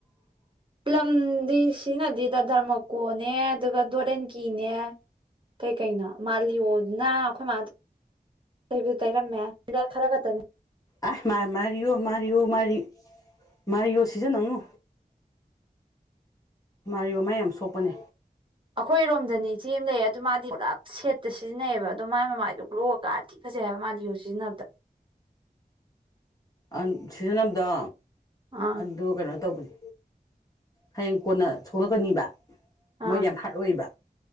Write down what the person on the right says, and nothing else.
ꯄ꯭ꯂꯝꯗꯤ ꯁꯤꯅꯗꯦꯗ ꯙꯔꯃꯀꯣꯅꯦ ꯑꯗꯨꯒ ꯗꯣꯠ ꯑꯧꯟ ꯀꯤꯅꯦ ꯀꯩ-ꯀꯩꯅꯣ ꯃꯥꯜꯂꯤꯌꯣꯗꯨꯅ ꯑꯩꯈꯣꯏ ꯃꯥ ꯇꯩꯕꯨ ꯇꯩꯔꯝꯃꯦ ꯍꯤꯗꯥ ꯈꯔ ꯈꯛꯇꯅꯦ
ꯑꯈꯣꯏ ꯔꯣꯝꯗꯅꯤ ꯏꯆꯦ ꯑꯃ ꯂꯩꯌꯦ ꯑꯗꯨ ꯃꯥꯗꯤ ꯄꯨꯂꯞ ꯁꯦꯠꯇ ꯁꯤꯖꯤꯟꯅꯩꯌꯦꯕ ꯑꯗꯣ ꯃꯥꯏ ꯃꯃꯥꯏꯗꯣ ꯒ꯭ꯂꯣ ꯄꯥ ꯊꯤ ꯐꯖꯩ ꯍꯥꯏꯕ ꯃꯥꯜꯂꯤꯌꯣ ꯁꯤꯖꯤꯟꯅꯕꯗ
ꯑꯥ
ꯑꯥ